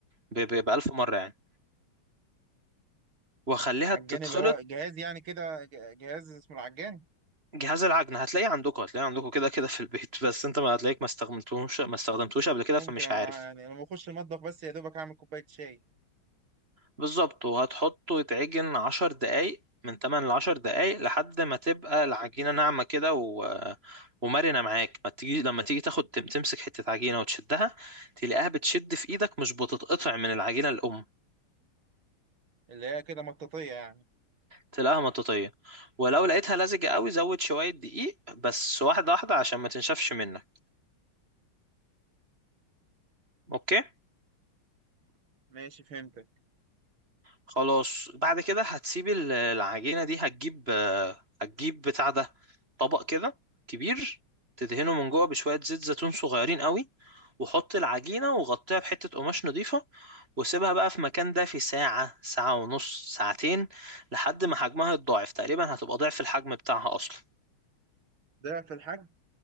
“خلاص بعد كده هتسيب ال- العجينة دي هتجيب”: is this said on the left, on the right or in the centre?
Right